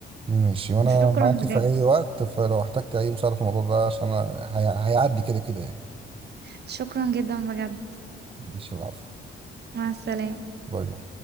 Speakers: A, on the right (about 25°); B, on the right (about 55°).
A: ماشي وانا
B: وشكرا
A: معاكي
B: بجد
A: في اي وقت فلو احتجت اي مساعده في الموضوع ده عشان أنا هي... هيعدي كده كده يعني
B: شكرا جدا بجد
A: ماشي العفو
B: مع السلامة
A: باي باي